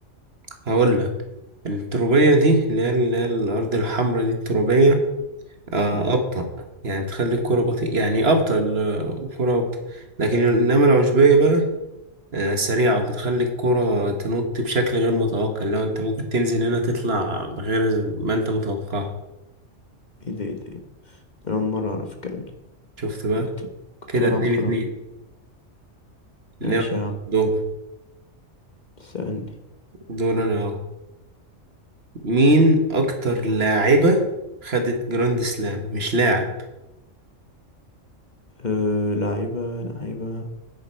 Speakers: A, on the right; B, on the left.
A: هقول لك التربية دي اللي هي اللي هي الأرض الحمراء دي التربية آه
B: مم.
A: أبطأ يعني بتخلي الكرة بطيئة يعني أبطأ الكرة أبطأ لكن إنما العشبية بقى آه سريعة بتخلي الكرة تنط بشكل غير متوقع لو أنت ممكن تنزل هنا تطلع غير ما أنت متوقع
B: ايه ده ايه ده إيه ده؟ أنا أول مرة أعرف الكلام ده
A: شفت بقى
B: أنا كنت كنت
A: كده
B: بلعب
A: اتنين
B: خلاص
A: اتنين
B: ماشي
A: إنما
B: يا عم
A: دور
B: سألني
A: دور أنا أه مين أكتر لاعبة خدت جراند سلام مش لاعب
B: أه لعيبة لعيبة